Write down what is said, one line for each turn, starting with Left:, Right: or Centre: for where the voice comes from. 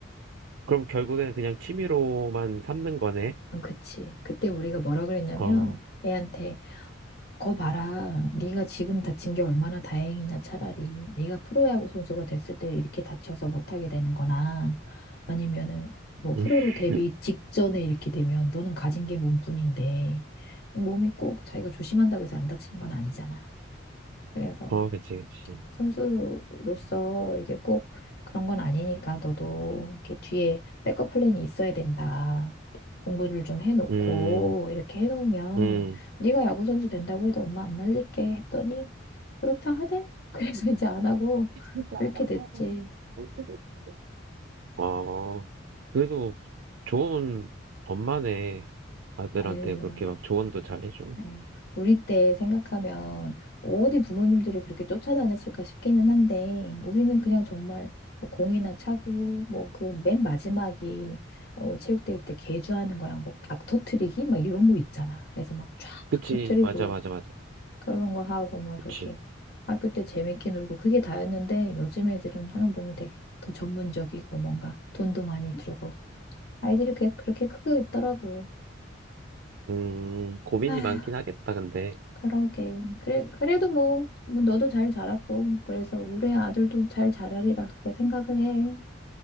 Right: 그럼 결국에는 그냥 취미로만 삼는 거네?
Left: 어, 그치. 그때 우리가 뭐라 그랬냐면
Right: 어,
Left: 애한테 거 봐라. 네가 지금 다친 게 얼마나 다행이냐, 차라리. 네가 프로야구 선수가 됐을 때 이렇게 다쳐서 못하게 되는 거나, 아니면은, 뭐,
Right: <laughs>
Left: 프로로 데뷔
Right: 음,
Left: 직전에 이렇게 되면 너는 가진 게 몸뿐인데, 몸이 꼭 자기가 조심한다고 해서 안 다치는 건 아니잖아. 그래서
Right: 어, 그치, 그치.
Left: 선수로서 이게 꼭 그런 건 아니니까 너도 이렇게 뒤에 백업 플랜이 있어야 된다. 공부를 좀 해놓고
Right: 음,
Left: 이렇게 해놓으면
Right: 음,
Left: 네가 야구 선수 된다고 해도 엄마 안 말릴게 했더니 그렇다 하대. 그래서 <laughs> 이제 안 하고
Right: 그렇고
Left: 그렇게 됐지.
Right: 이렇게 됐어. 어, 그래도 좋은 엄마네. 아들한테
Left: 에휴.
Right: 그렇게 막 조언도 잘 해줘.
Left: 네. 우리 때 생각하면 어디 부모님들이 그렇게 쫓아다녔을까 싶기는 한데 우리는 그냥 정말 뭐 공이나 차고 뭐 그 맨 마지막이 어, 체육대회 때 개주하는 거랑 뭐 박 터트리기 막 이런 거 있잖아. 그래서 막 쫙
Right: 그치,
Left: 터트리고
Right: 맞아, 맞아, 맞아.
Left: 그런 거 하고 막
Right: 그치.
Left: 그렇게 학교 때 재밌게 놀고 그게 다였는데 요즘 애들은 하는 거 보면 되게 더 전문적이고 뭔가 돈도 많이 들고 아이들이 그게 그렇게 크고 있더라고.
Right: 음, 고민이
Left: 아휴,
Right: 많긴 하겠다, 근데.
Left: 그러게. 그래, 그래도 뭐, 뭐 너도 잘 자랐고, 그래서 우리 아들도 잘 자라리라 그렇게 생각을 해.